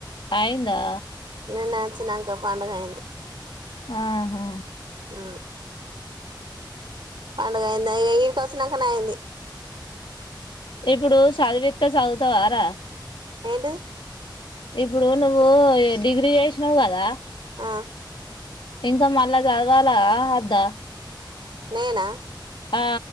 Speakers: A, on the left; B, on the right.
A: ఆయిందా
B: నేను నేచ్చినాక పడుగ అయింది
A: ఆహా
B: ఆ పండుగ అయింది ఈడికి వచ్చినాకనే అయింది
A: ఇప్పుడు చదివితే చదువుతావారా
B: ఏంటిది
A: ఇప్పుడు నువ్వు డిగ్రీ చేసినవు్ కదా
B: ఆ
A: ఇంకా మళ్ళా చదవాలా అద్దా
B: నేనా
A: ఆ